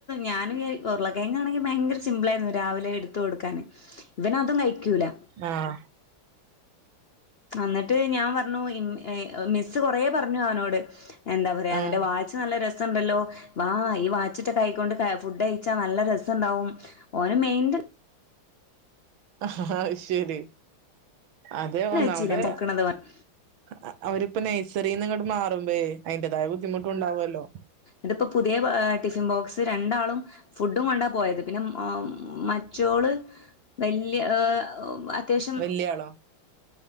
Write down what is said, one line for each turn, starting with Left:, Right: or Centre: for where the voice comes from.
Left: ഞാനും ഉരുളക്കിഴങ്ങാണെങ്കിൽ ഭയങ്കര സിമ്പിൾ ആയിരുന്നു രാവിലെ എടുത്ത് കൊടുക്കാൻ ഇവന് അതും കഴിക്കൂല
Right: ആഹ്
Left: എന്നിട്ട് ഞൻ കൊറ പറഞ്ഞു മിസ്സ്‌ കൊറേ പറഞ്ഞവനോടെ എന്താ പറയാ
Right: ആഹ്
Left: നിന്റെ വാ ച്ച് നല്ല രസണ്ടല്ലോ വാ ഈ വാച്ചിട്ടകൈക്കൊണ്ട് ഫുഡ് കാഴിച്ചാ നല്ല രസം ഉണ്ടാവും ഒന് മെയിന്റ ഹ
Right: ഹ ഹ അഹ്ശരി അത ഒന്നാമത്
Left: വെച്ചില്ല നോക്കണത് ഓൻ
Right: അ അവരിപ്പ നൈസറിന്ന്ങ്ങോട്ട് മാറുമ്പേ അയിന്റേതായ ബുദ്ധിമുട്ട് ഉണ്ടാവുമല്ലോ
Left: ഇതിപ്പോ പുതിയ ടിഫിൻ ബോക്സ് രണ്ടാളും ഫുഡും കൊണ്ടാ പോയത് പിന്നെ മറ്റോള് വല്യ ഏ അത്യാവശ്യം
Right: വല്യ ആളോ